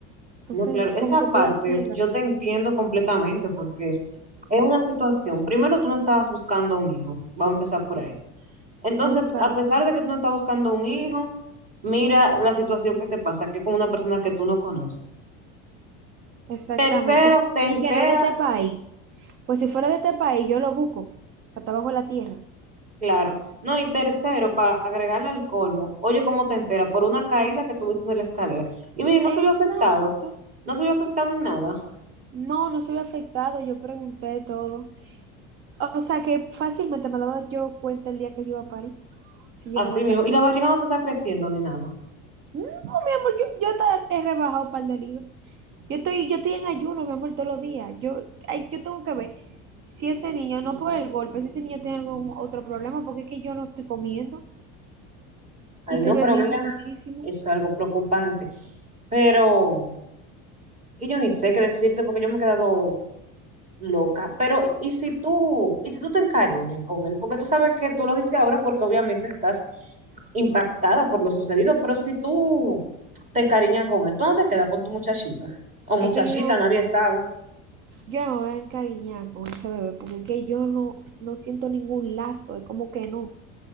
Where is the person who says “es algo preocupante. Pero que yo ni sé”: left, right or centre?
Right